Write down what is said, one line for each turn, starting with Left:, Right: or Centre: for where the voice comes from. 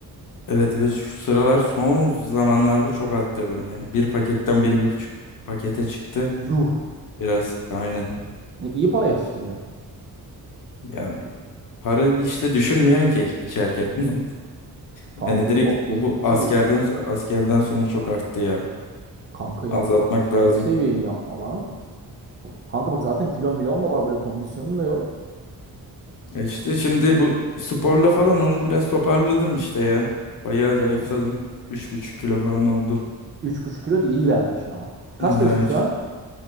Left: evet ve şu sıralar son zamanlarda çok attırdım yani. Bir paketten biri bir buçuk pakete çıktı.
Right: Yuh.
Left: Biraz aynen.
Right: Ne iyi para yetiştiriyorsun.
Left: Ya bir- para işte düşünmüyorsun ki içerken. <laughs>
Right: Kanka
Left: Yani direkt
Right: yok gözünü
Left: o bu askerden
Right: seveyim.
Left: askerden sonra çok arttı ya.
Right: Kanka yapma
Left: Azaltmak
Right: gözünü
Left: lazım.
Right: seveyim yapma lan. Kanka bak zaten kilon milon da var böyle kondisyonun da yok.
Left: Ya işte şimdi bu sporla falan onu biraz toparladım işte ya. Bayağı zayıfladım. üç buçuk kilo falan oldu.
Right: üç buçuk kilo da iyi vermişsin ama. Kaç
Left: Ee,
Right: kilosun şu
Left: işte
Right: an?